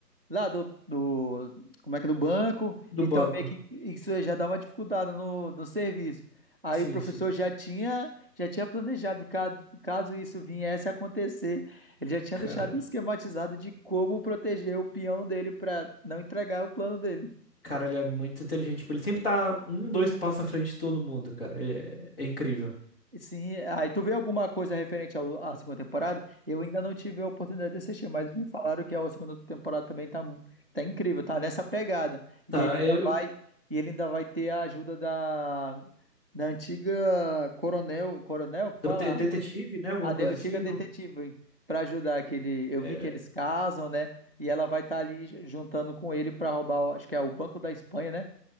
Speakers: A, on the right; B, on the left.
A: lá do, do, como é que é, do banco,
B: do
A: então
B: banco.
A: meio que isso já dá uma dificuldade no, no serviço. Aí
B: Sim,
A: o professor
B: sim.
A: já tinha, já tinha planejado, ca- caso isso viesse a acontecer, ele já tinha
B: Cara,
A: deixado esquematizado de como proteger o peão dele para não entregar o plano dele.
B: cara, ele é muito inteligente. tipo, Ele sempre tá um, dois passos à frente de todo mundo, cara. Ele é, é incrível.
A: Sim, aí tu vê alguma coisa referente ao- à segunda temporada? Eu ainda não tive a oportunidade de assistir, mas me falaram que a segunda temporada também tá, mu- tá incrível, tá nessa pegada. E
B: Tá,
A: ele ainda
B: eu,
A: vai, e ele ainda vai ter a ajuda da, da antiga coronel, coronel que fala,
B: dote- detetive, né? Alguma
A: a, a
B: coisa
A: de- antiga
B: assim, não?
A: detetive, para ajudar que ele, eu
B: é,
A: vi que eles casam, né? E ela vai estar ali juntando com ele para roubar, o- acho que é o Banco da Espanha, né?